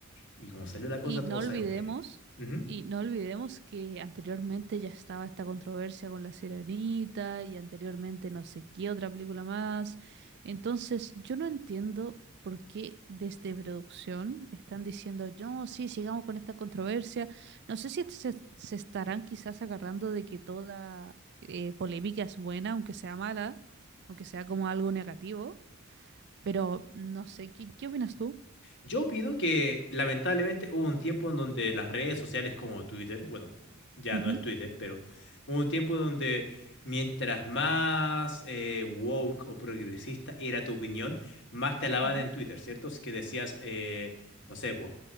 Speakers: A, on the left; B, on the right.
A: Y como salió la
B: Y
A: cosa, todos
B: no olvidemos,
A: sabemos que... Ujú.
B: y no olvidemos que anteriormente ya estaba esta controversia con La Sirenita y anteriormente no sé qué otra película más. Entonces, yo no entiendo por qué desde producción están diciendo, no, sí, sigamos con esta controversia. No sé si se, se estarán quizás agarrando de que toda eh, polémica es buena, aunque sea mala, aunque sea como algo negativo, pero no sé, ¿qué, qué opinas tú?
A: Yo opino que lamentablemente hubo un tiempo en donde las redes sociales como Twitter, bueno, ya
B: Ujú,
A: no es Twitter, pero hubo un tiempo donde mientras más eh, woke o progresista era tu opinión, más te alababan
B: ujú.
A: en Twitter, ¿cierto? Es que decías, eh, no sé, pues,